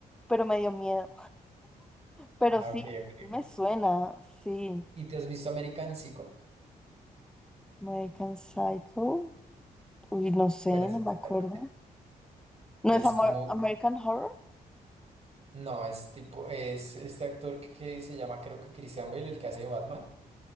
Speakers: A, in the centre; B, on the right (about 40°).
A: pero me dio miedo. Pero
B: Ah,
A: sí,
B: ok,
A: creo
B: ok,
A: que me
B: ok.
A: suena. Sí.
B: ¿Y te has visto American Psycho?
A: American Psycho. Uy, no sé,
B: Bueno,
A: no
B: sí,
A: me
B: total,
A: acuerdo. ¿No
B: que
A: es
B: es
A: Amor-
B: como,
A: American Horror?
B: no, es tipo, es este actor que se llama, creo que Christian Bale, el que hace de Batman,